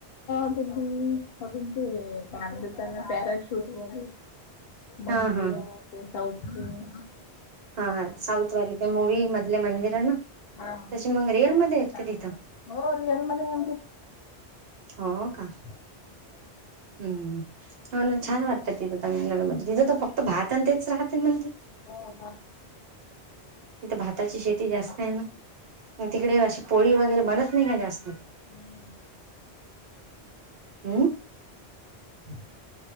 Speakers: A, on the left; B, on the right.
A: त ते काम द परााशूट हो
B: हा
A: मंदिरो
B: हा
A: ते सौथ
B: हा साऊथवाली ते मूवी मधले मंदिरे ना,
A: हा छान
B: तशी मग रिअलमध्येयेत
A: आहे ते चांगलं
B: का? तिथं.
A: हो रियल मध्येया
B: हो का? हम्म हम्म हम्म, हो ना छान वाटतं तिथं म्हणजे तिथं, तामिळनाडू मध्ये, तिथं त फक्त भातन तेच राहते म्हणते.
A: हो म.
B: तथे भाताची शेती जास्तय ना, तिकडे अशी पोळी वगैरे बनत नाही का? जास्त.
A: नाही.
B: अम्म. हम् <inaudible>